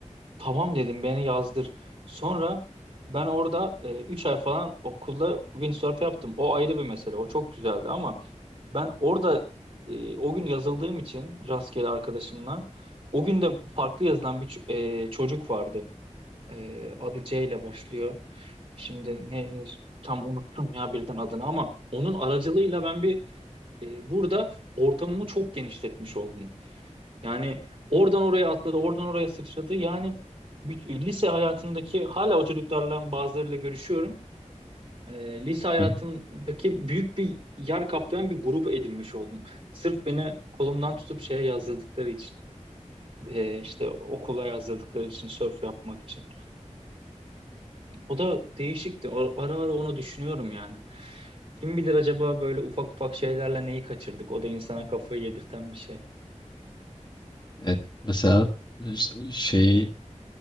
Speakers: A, on the right; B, on the left.
A: Tamam dedim beni yazdır. Sonra ben orada e, 3 ay falan okulda windsurf yaptım. O ayrı bir mesele. O çok güzeldi ama Ben orada e, o gün yazıldığım için rastgele arkadaşımla o gün de farklı yazılan bir ç- e, çocuk vardı. E, adı C ile başlıyor. Şimdi ne tam unuttum ya birden adını ama onun aracılığıyla ben bir e, burada ortamımı çok genişletmiş oldum. Yani oradan oraya atladı, oradan oraya sıçradı. Yani bir- e, lise hayatındaki hala o çocuklarla bazılarıyla görüşüyorum e, lise hayatımdaki
B: hı.
A: büyük bir yer kaplayan bir grup edinmiş oldum. Sırf beni kolumdan tutup şeye yazdırdıkları için, e, işte okula yazdırdıkları için, sörf yapmak için. O da değişikti. O- Ara ara onu düşünüyorum yani. Kim bilir acaba böyle ufak ufak şeylerle neyi kaçırdık? O da insana kafayı yedirten bir şey.
B: Evet, mesela ş- şey